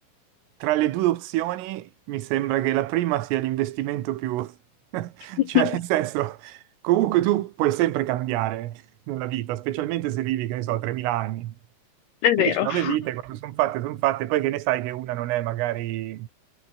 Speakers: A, on the right; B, on the left.
A: tra le due opzioni mi sembra che la prima sia l'investimento più... <laughs>
B: <laughs>
A: cioè nel senso, comunque tu puoi sempre cambiare nella vita, specialmente se vivi, che ne so, 3.000 anni.
B: È
A: Invece
B: vero.
A: nove
B: <laughs>
A: vite, quando sono fatte, sono fatte, poi che ne sai che una non è magari,